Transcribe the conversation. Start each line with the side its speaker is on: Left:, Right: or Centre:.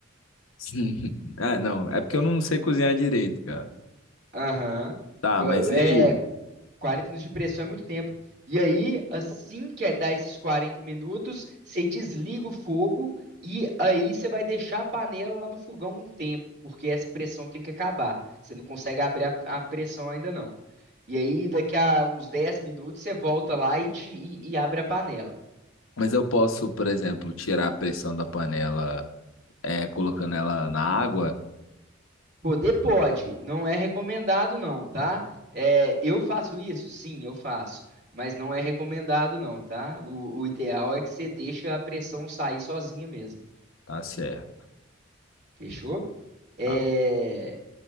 Left: <laughs> Ah, não, é porque
Right: É,
Left: eu não sei cozinhar direito, cara.
Right: Aham.
Left: Tá,
Right: Co-
Left: mas
Right: É,
Left: e aí?
Right: 40 minutos de pressão é muito tempo. E aí, assim que dá esses 40 minutos, você desliga o fogo e aí você vai deixar a panela lá no fogão um tempo, porque essa pressão tem que acabar. Você não consegue abrir a, a pressão ainda não. E aí, daqui a uns 10 minutos, você volta lá e, te- e- e abre a panela.
Left: Mas eu posso, por exemplo, tirar a pressão da panela, é, colocando ela na água?
Right: Poder pode, não é recomendado não, tá? É, eu faço isso? Sim, eu faço. Mas não é recomendado, não, tá? O, o ideal é que você deixe a pressão sair sozinha mesmo.
Left: Tá certo.
Right: Fechou? É,
Left: tá.